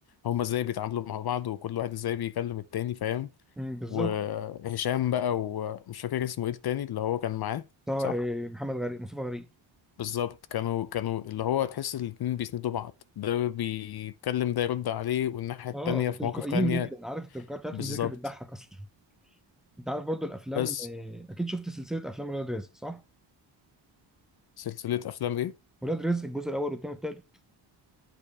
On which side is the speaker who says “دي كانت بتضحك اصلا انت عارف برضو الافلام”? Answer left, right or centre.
Centre